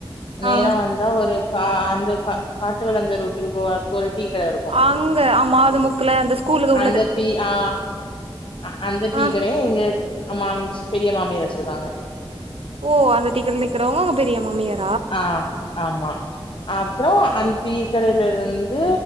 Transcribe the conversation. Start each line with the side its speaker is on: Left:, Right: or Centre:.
Left: நேரா
Right: ஆ
Left: வந் இந்த ஒரு கா அந்த கா காட்டு வளந்த ரூட்டுக்கு போவ க்கு ஒரு டீ கட இருக்கு
Right: அங்க ஆமா அது முக்குல அந்த ஸ்கூலுக்கு உள்ள
Left: அந்த டீ ஆ அ அந்த டீ
Right: ஆ
Left: கடைய எங்க மாமிச் பெரிய மாமியார் வச்சிருக்காங்க
Right: ஓ அந்த டீ கடைல நிக்கிறோங்க ஒங்க பெரிய மாமியார்
Left: ஆ ஆமா அப்றோ அந் டீ கடைலருந்து